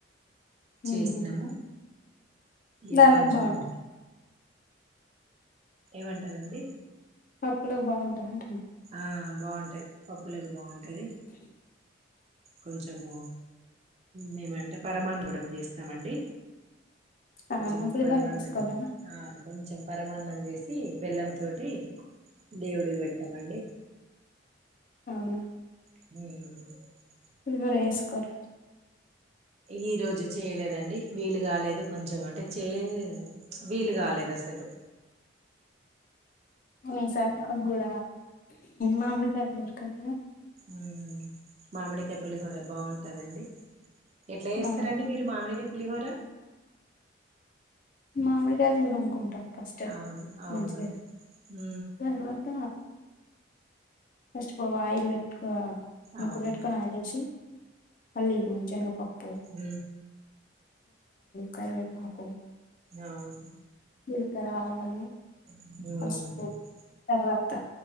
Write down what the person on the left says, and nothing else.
హుహు.
దానిలోకి
బావుంటది.
పప్పులకు బాగుంటదంటున్నా
అవునా!
పులిహోర
చేసుకోరా?
ఔనా
పులిహోర జేస్కోర
ఔన్ సార్ మాగ్గూడా మామిడికాయ్ ల్లూరగాయ
అవునా!
మామిడికాయల్ని దురుముకుంటాం ఫస్ట్
మంచిగా.
తర్వాత ఫస్ట్ పోవా ఆయిల్ వె ముక్కు
పెట్టుకొని ఆయిల్ ఏసి పల్లీలు చెనగపప్
కరివేపాకు
జీలకర్ర ఆవాలు
పసుపు తర్వా త